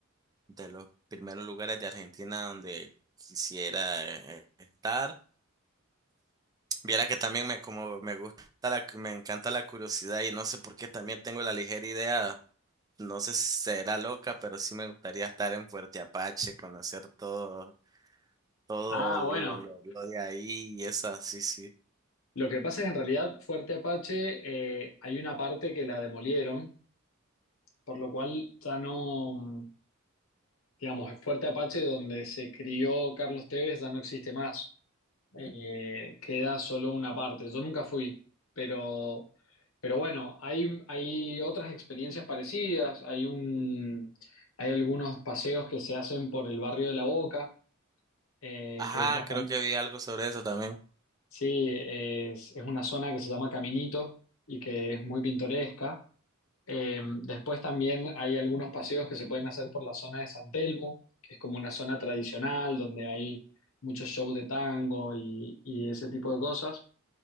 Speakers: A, on the right; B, on the left.
A: de los primeros lugares de Argentina donde quisiera eh, estar. Viera que también me como me gusta la, me encanta la curiosidad y no sé por qué también tengo la ligera idea, no sé si será loca, pero sí me gustaría estar en Fuerte Apache, conocer todo, todo
B: ah,
A: lo,
B: bueno,
A: lo, lo de ahí y esa, sí, sí.
B: lo que pasa es que en realidad Fuerte Apache eh, hay una parte que la demolieron, por lo cual ya no... Digamos, el Fuerte Apache, donde se crió Carlos Tevez, ya no existe más. eh, queda solo una parte. Yo nunca fui, pero, pero bueno, hay, hay otras experiencias parecidas. Hay un, hay algunos paseos que se hacen por el barrio de La Boca, eh,
A: Ajá,
B: que es bastante,
A: creo que vi algo sobre eso también.
B: sí, es, es una zona que se llama Caminito y que es muy pintoresca. Eh, después también hay algunos paseos que se pueden hacer por la zona de San Telmo, que es como una zona tradicional donde hay muchos shows de tango y y ese tipo de cosas.